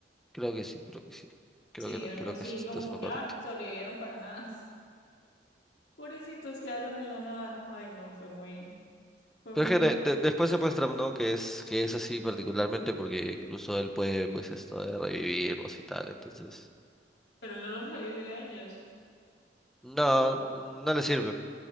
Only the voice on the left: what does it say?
Sí,
algo
así,
yo como
que,
ah, sobrevivieron para nada. <laughs> Pobrecitos quedaron en la nada. Ay, no, fue muy, fue
muy,
pero él no los revive a ellos.